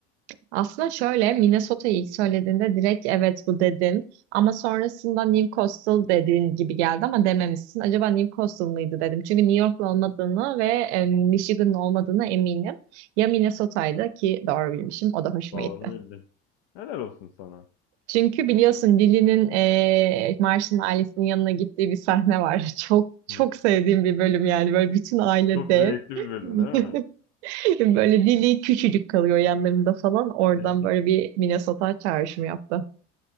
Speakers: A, on the right; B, on the left.
A: Aslında şöyle Minnesota'yı ilk söylediğinde direkt evet bu dedim. ama sonrasında New Coastal dediğin gibi geldi ama dememişsin. Acaba New Coastal mıydı dedim. Çünkü New York'lu olmadığını ve e, Michigan'lı olmadığına eminim. Ya Minnesota'ydı ki doğru bilmişim o da hoşuma
B: Doğru
A: gitti.
B: bildin. Helal olsun sana.
A: Çünkü biliyorsun Lily'nin e, Marsh'ın ailesinin yanına gittiği bir sahne var. <laughs> Çok
B: Hı.
A: çok sevdiğim bir bölüm yani böyle bütün aile
B: Çok
A: dev.
B: zevkli bir bölüm değil
A: <laughs> Böyle dili küçücük kalıyor yanlarında falan. Oradan
B: mi?
A: böyle
B: <laughs>
A: bir Minnesota çağrışımı yaptı.